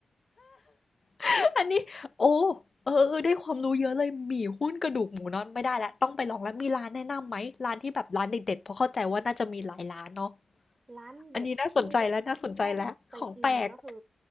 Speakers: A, on the left (about 40°); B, on the right (about 35°).
A: <laughs> อันนี้โอ้เออเออ ได้ความรู้เยอะเลยหมี่หุ้นกระดูกหมูน็อนไม่ได้แล้ว ต้องไปลองแล้วมีร้านแนะนำไหมร้านที่แบบร้านเด็ดๆเพราะเข้าใจว่าน่าจะมีหลายร้านเนาะ
B: ร้านเด็ดที่
A: อันนี้น่าสนใจแล้วน่าสนใจแล้วของแปลก
B: ต้องไปกินก็คือ